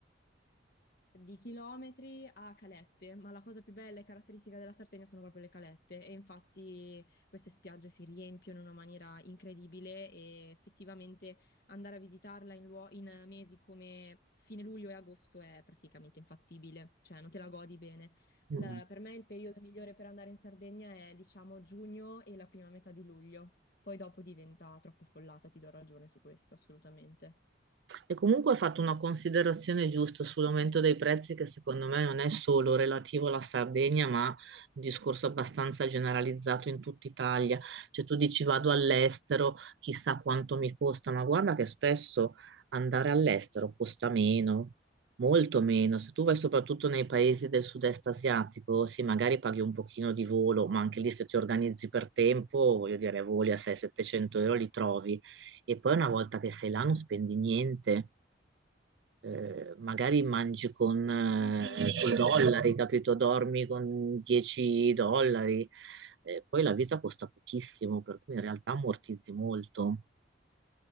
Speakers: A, on the left; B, on the right.
A: di chilometri a calette, ma la cosa più bella e caratteristica della Sardegna sono proprio le calette e infatti queste spiagge si riempiono in una maniera incredibile e effettivamente andare a visitarla in, luo- in mesi come fine luglio e agosto è praticamente infattibile, cioè non te la godi bene.
B: Mm.
A: La-
B: mm.
A: per me il periodo migliore per andare in Sardegna è diciamo giugno e la prima metà di luglio, poi dopo diventa troppo affollata, ti do ragione su questo, assolutamente.
B: E comunque hai fatto una considerazione giusta sull'aumento dei prezzi che secondo me non è solo relativo alla Sardegna, ma un discorso abbastanza generalizzato in tutta Italia. Cioè tu dici vado all'estero, chissà quanto mi costa, ma guarda che spesso andare all'estero costa meno, molto meno. Se tu vai soprattutto nei paesi del sud-est asiatico, sì, magari paghi un pochino di volo, ma anche lì se ti organizzi per tempo, voglio dire, voli a 600-700 euro li trovi. E poi una volta che sei là non spendi niente eh, magari mangi con eh,
A: Sì, sì, è vero.
B: coi dollari, capito? Dormi con 10 dollari, Eh, poi la vita costa pochissimo, per cui in realtà ammortizzi molto.